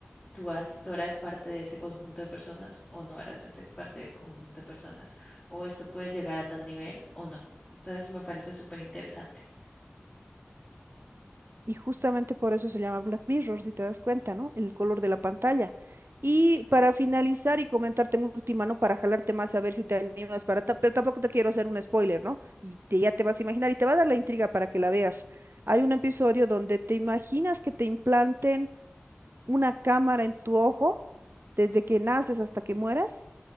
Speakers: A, in the centre; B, on the right.
A: tú, has- tú harás parte de ese conjunto de personas o no harás ese parte del conjunto de personas, o esto puede llegar a tal nivel o no. Entonces me parece súper interesante.
B: Y justamente por eso se llama Black Mirror, si te das cuenta, ¿no? El color de la pantalla. Y para finalizar y comentarte una última, ¿no? Para jalarte más a ver si te animas para... ta- Pero tampoco te quiero hacer un spoiler, ¿no? Y te- ya te vas a imaginar y te va a dar la intriga para que la veas. Hay un episodio donde te imaginas que te implanten una cámara en tu ojo desde que naces hasta que mueras